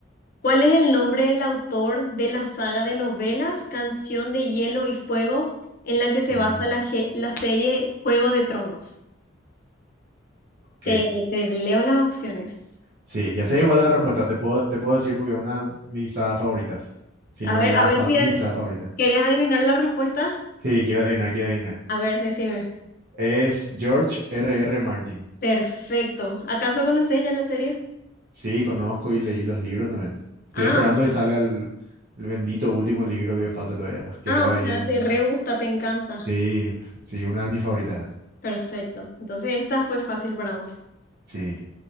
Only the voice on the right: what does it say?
Mm,
ok.
Sí, ya sé igual la respuesta, te puedo, te puedo decir porque es una de mis sagas favoritas, si
no
la
fa-
mi
saga favorita.
Sí, quiero adivinar, quiero adivinar.
Es George R. R. Martin.
Sí, conozco y leí los libros también. Estoy
esperando
que salga el, el bendito último libro que falta todavía. Quedó
ahí
en...
Sí, sí, una de mis favoritas.
Sí.